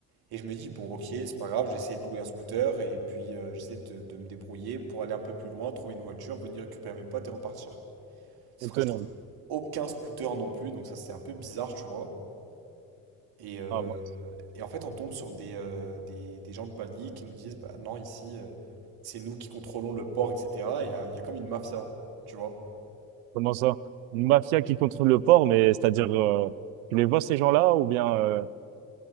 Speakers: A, on the right (about 65°); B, on the right (about 85°).
A: Et je me dis, bon, ok, c'est pas grave, j'essaie de louer un scooter, et puis euh, j'essaie de, de me débrouiller pour aller un peu plus loin, trouver une voiture, venir récupérer mes potes et repartir. Sauf
B: Autonome.
A: que je trouve aucun scooter non plus, donc ça, c'est un peu bizarre, tu vois. Et, euh,
B: Ah, ouais.
A: et en fait, on tombe sur des, euh, des, des gens de Bali qui nous disent, bah non, ici, euh, c'est nous qui contrôlons le port, etc. Et il y a, il y a comme une mafia, tu vois.
B: Comment ça? Une mafia qui contrôle le port, mais c'est-à-dire, euh, tu les vois ces gens-là ou bien euh,